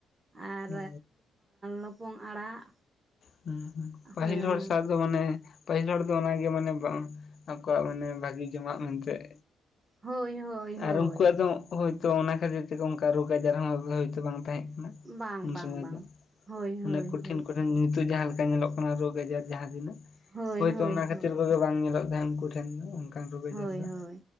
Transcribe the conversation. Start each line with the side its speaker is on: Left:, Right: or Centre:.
Right: ᱟᱨ
Left: ᱚᱱᱟ
Right: ᱞᱚᱯᱚᱝ ᱟᱲᱟᱜ
Left: ᱦᱩᱸ ᱦᱩᱸ
Right: ᱦᱳᱭ
Left: ᱯᱟᱹᱦᱤᱞ
Right: ᱚᱱᱟ
Left: ᱦᱚᱲ ᱥᱟᱶ ᱢᱟᱱᱮ ᱯᱟᱹᱦᱤᱞ ᱦᱚᱲ ᱫᱚ ᱚᱱᱟᱜᱮ ᱢᱟᱱᱮ ᱵᱟᱝ ᱟᱠᱚᱣᱟᱜ ᱢᱟᱱᱮ ᱵᱷᱟᱜᱤ ᱡᱚᱢᱟᱜ ᱢᱮᱱᱛᱮᱜ
Right: ᱦᱳᱭ ᱦᱳᱭ ᱦᱳᱭ
Left: ᱟᱨ ᱩᱱᱠᱩᱣᱟᱜ ᱫᱚ ᱦᱳᱭᱛᱚ ᱚᱱᱟ ᱠᱷᱟᱛᱤᱨ ᱛᱮᱠᱚ ᱚᱱᱠᱟ ᱨᱳᱜᱽ ᱟᱡᱟᱨ ᱦᱚᱸ ᱦᱳᱭᱛ ᱵᱟᱝ ᱛᱟᱦᱮᱸ ᱠᱟᱱᱟ᱾
Right: ᱵᱟᱝ
Left: ᱩᱱ
Right: ᱵᱟᱝ
Left: ᱥᱚᱢᱚᱭ
Right: ᱵᱟᱝ
Left: ᱫᱚ,
Right: ᱦᱳᱭ ᱦᱳᱭ
Left: ᱚᱱᱮ ᱠᱚᱴᱷᱤᱱ
Right: ᱦᱳᱭ
Left: ᱠᱚ ᱱᱤᱛᱚᱜ ᱡᱟᱦᱟᱸ ᱞᱮᱠᱟ ᱧᱮᱞᱚᱜ ᱠᱟᱱᱟ ᱨᱳᱜᱽ ᱟᱡᱟᱨ ᱡᱟᱦᱟᱸ ᱛᱤᱱᱟᱹᱜ
Right: ᱦᱳᱭ
Left: ᱦᱳᱭᱛᱳ
Right: ᱦᱳᱭ
Left: ᱚᱱᱟ
Right: ᱦᱳᱭ
Left: ᱠᱷᱟᱹᱛᱤᱨ ᱠᱚᱜᱮ ᱵᱟᱝ ᱧᱮᱞᱚᱜ ᱛᱟᱦᱮᱸᱱ ᱩᱱᱠᱩ ᱴᱷᱮᱱ ᱫᱚ ᱚᱱᱠᱟᱱ ᱨᱳᱜᱽ ᱟᱡᱟᱨ
Right: ᱦᱳᱭ
Left: ᱫᱚ
Right: ᱦᱳᱭ